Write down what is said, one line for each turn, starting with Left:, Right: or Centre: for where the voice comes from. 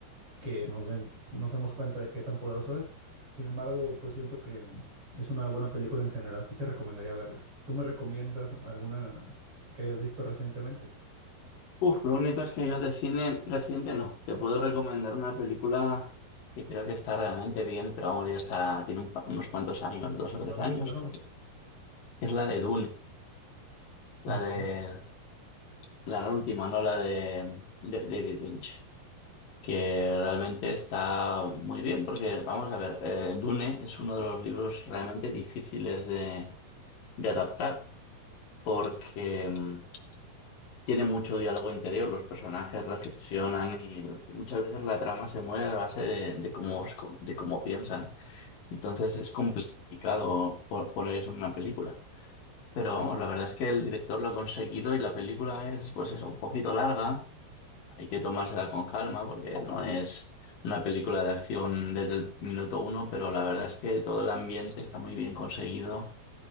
Right: que nos den- nos demos cuenta de qué tan poderoso es. Sin embargo, pues siento que es una buena película en general, sí te recomendaría verla. ¿Tú me recomiendas alguna que hayas visto recientemente?
Left: Uf, lo único es que yo de cine reciente no. Te puedo recomendar una película que creo que está realmente bien, pero vamos, ya está, tiene un pa- unos cuantos años, dos o tres
Right: A ver,
Left: años,
Right: claro.
Left: creo que. Es la de Dune,
Right: Ah,
Left: la
Right: ok,
Left: de la última, no la de de David Lynch, que realmente está muy bien, porque vamos a ver, eh, Dune es uno de los libros realmente difíciles de de adaptar porque mm, tiene mucho diálogo interior, los personajes reflexionan y l- muchas veces la trama se mueve a base de, de cómo, os co- de cómo piensan. Entonces es complicado po- poner eso en una película. Pero vamos, la verdad es que el director lo ha conseguido y la película es, pues eso, un poquito larga. Hay que tomársela con calma porque no es una película de acción desde el minuto uno, pero la verdad es que todo el ambiente está muy bien conseguido